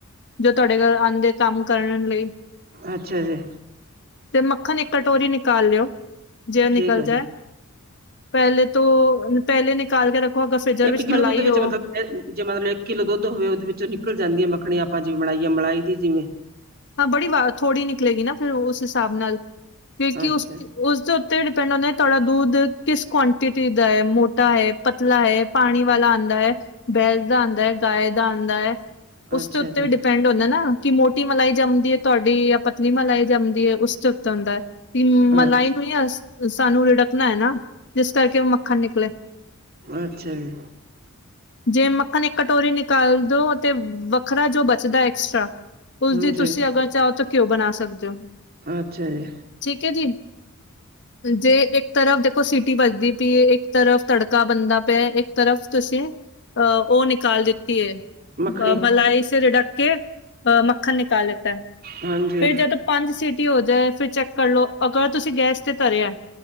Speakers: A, on the left (about 55°); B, on the right (about 45°).
A: ਜੋ ਤੁਆਡੇ ਘਰ ਆਂਦੇ ਕੰਮ ਕਰਨ ਲਈ।
B: ਅੱਛਾ ਜੀ।
A: ਤੇ ਮੱਖਣ ਏਕ ਕਟੋਰੀ ਨਿਕਾਲ ਲਿਓ। ਜੇ ਓ ਨਿਕਲ
B: ਠੀਕ ਹੈ
A: ਜਾਏ।
B: ਜੀ
A: ਪਹਿਲੇ ਤੋਂ ਪਹਿਲੇ ਨਿਕਾਲ ਕੇ ਰੱਖੋ ਅਗਰ ਫਰਿਜਰ
B: ਇੱਕ
A: ਵਿੱਚ
B: ਕਿੱਲੋ
A: ਮਲਾਈ
B: ਦੁੱਧ ਵਿੱਚ
A: ਹੋ।
B: ਮਤਲਬ ਜੇ ਮਲ ਇੱਕ ਕਿੱਲੋ ਦੁੱਧ ਹੋਵੇ ਉਹਦੇ ਵਿੱਚੋਂ ਨਿਕਲ ਜਾਂਦੀ ਮੱਖਣੀ ਆਪਾਂ ਜਿਵੇਂ ਬਨਾਈ ਏ ਮਲਾਈ ਦੀ ਜਿਵੇਂ।
A: ਹਾਂ ਬੜੀ ਵਾਰ ਥੋੜੀ ਨਿਕਲੇਗੀ ਨਾ ਫੇਰ ਉਸ ਹਿਸਾਬ ਨਾਲ ਫੇਰ ਕੀ
B: ਅੱਛਾ
A: ਉਸ ਚ ਉਸਦੇ ਉੱਤੇ ਡਿਪੈਂਡ ਹੁੰਦਾ ਤੁਆਡਾ ਦੁਧ ਕਿਸ ਕੁਆਂਟਿਟੀ ਦਾ ਹੈ ਮੋਟਾ ਹੈ ਪਤਲਾ ਹੈ, ਪਾਣੀ ਵਾਲਾ ਆਂਦਾ ਹੈ, ਬੈਸ ਦਾ ਆਂਦਾ ਹੈ, ਗਾਏ ਦਾ ਆਂਦਾ ਹੈ। ਉਸਤੇ
B: ਅੱਛਾ
A: ਉੱਤੇ
B: ਜੀ
A: ਵੀ ਡਿਪੈਂਡ ਹੁੰਦਾ ਨਾ ਕਿ ਮੋਟੀ ਮਲਾਈ ਜੰਮਦੀ ਏ ਤੁਆਡੀ ਜਾਂ ਪਤਨੀ ਮਲਾਈ ਜੰਮਦੀ ਏ। ਉਸਦੇ ਉੱਤੇ ਹੁੰਦੇ ਵੀ ਮਲਾਈ
B: ਅੱਛਾ
A: ਨੂੰ ਈ ਆ ਸਾਨੂੰ ਰਿੜਕਣਾ ਐ ਨਾ ਜਿਸ ਕਰਕੇ ਉਹ ਮੱਖਣ ਨਿਕਲੇ।
B: ਅੱਛਾ ਜੀ।
A: ਜੇ ਮੱਖਣ ਇੱਕ ਕਟੋਰੀ ਨਿਕਾਲ ਦੋ ਤੇ ਵੱਖਰਾ ਜੋ ਬਚਦਾ ਐਕਸਟਰਾ। ਉਸਦੀ
B: ਹਾਂਜੀ
A: ਤੁਸੀਂ ਅਗਰ ਚਾਹੋ ਤਾਂ ਘਿਓ ਬਣਾ ਸਕਦੇ ਓ।
B: ਆਛਾ ਜੀ।
A: ਠੀਕ ਹੈ ਜੀ। ਜੇ ਏਕ ਤਰਫ ਦੇਖੋ ਸਿਟੀ ਵਜਦੀ ਪੀ ਏ ਏਕ ਤਰਫ ਤੜਕਾ ਬਣਦਾ ਪਿਆ ਏ ਏਕ ਤਰਫ ਤੁਸੀਂ ਅ--ਉਹ ਨਿਕਾਲ ਦਿਤੀ ਏ। ਅ
B: ਮੱਖਣੀ
A: ਮਲਾਈ ਸੇ ਰਿੜਕਕੇ ਅ ਮੱਖਣ ਨਿਕਾਲ ਲੇਤਾ ਐ।
B: ਹਾਂਜੀ
A: ਫੇਰ ਜਦ ਪੰਜ ਸੀਟੀ ਹੋ ਜਾਏ ਫਿਰ ਚੈੱਕ ਕਰਲੋ ਅਗਰ ਤੁਸੀਂ ਗੈਸ ਤੇ ਤਰੀਐ